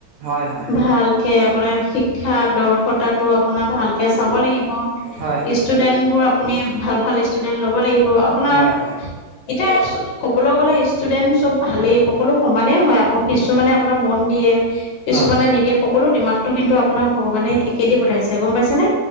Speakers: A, on the right; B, on the left.
A: হয় হয়
B: ভালকে আপোনাৰ শিক্ষা দৰ্শ তাতো আপোনাৰ ভালকে চাব লাগিব।
A: হয় হয়
B: ষ্টুডেন্টবোৰ আপুনি ভাল - ভাল ষ্টুডেন্ট ল'ব লাগিব, আপোনাৰ
A: হয় হয়
B: এতিয়া চু ক'বলৈ গ'লে ষ্টুডেণ্ট চব ভালেই, সকলো সমানেই হয় আকৌ কিছুমানে আপোনাৰ মন দিয়ে। কিছুমানে
A: হয় হয়
B: নিদিয়ে, সকলো দিমাকটো কিন্তু আপোনাৰ ভগৱানে একে দি পঠাইছে গম পাইছেনে?